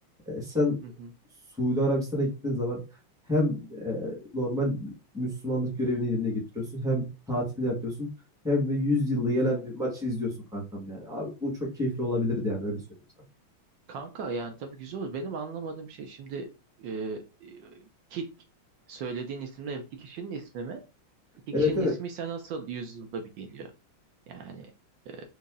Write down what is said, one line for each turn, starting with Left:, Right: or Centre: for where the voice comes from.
Centre: E, sen
Right: Hı hı.
Centre: Suudi Arabistan'a gittiğin zaman hem e, normal Müslümanlık görevini yerine getiriyorsun, hem tatilini yapıyorsun, hem de 100 yılda gelen bir maçı izliyorsun kankam yani. Abi bu çok keyifli olabilirdi yani öyle söyleyeyim sana.
Right: Kanka yani tabii güzel olur. Benim anlamadığım şey şimdi e, e, ki söylediğin isimler iki kişinin ismi mi? İki
Centre: Evet
Right: kişinin
Centre: evet.
Right: ismi ise nasıl yüzyılda bir geliyor? Yani e,